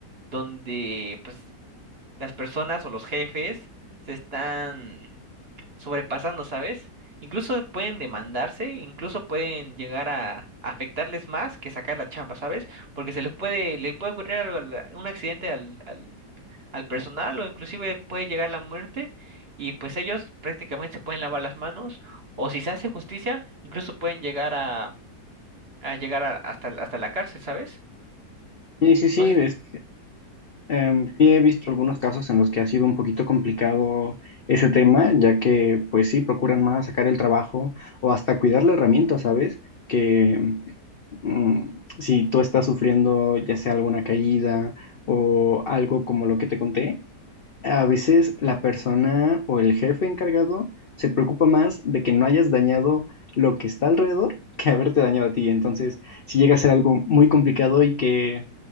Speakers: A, on the right; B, on the left.
A: donde, pues, las personas o los jefes se están sobrepasando, ¿sabes? Incluso pueden demandarse, incluso pueden llegar a afectarles más que sacar la chamba, ¿sabes? Porque se les puede, le puede ocurrir algo al- un accidente al, al, al personal o inclusive puede llegar la muerte y pues ellos prácticamente se pueden lavar las manos o si se hace justicia, incluso pueden llegar a, a llegar a- hasta, hasta la cárcel, ¿sabes?
B: Sí, sí, sí,
A: No sé
B: es Em, sí, he visto algunos casos en los que ha sido un poquito complicado ese tema, ya que pues sí, procuran más sacar el trabajo o hasta cuidar la herramienta, ¿sabes? Que mm, si tú estás sufriendo ya sea alguna caída o algo como lo que te conté, a veces la persona o el jefe encargado se preocupa más de que no hayas dañado lo que está alrededor que haberte dañado a ti. Entonces, si llega a ser algo muy complicado y que